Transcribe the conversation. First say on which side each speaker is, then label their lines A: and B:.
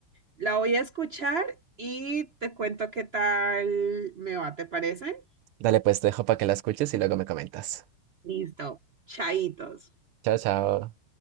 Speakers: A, on the right; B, on the right.
A: La voy a escuchar y te cuento qué tal me va, ¿te parece?
B: Dale, pues te dejo para que la escuches y luego me comentas.
A: Listo, chaitos.
B: Chao, chao.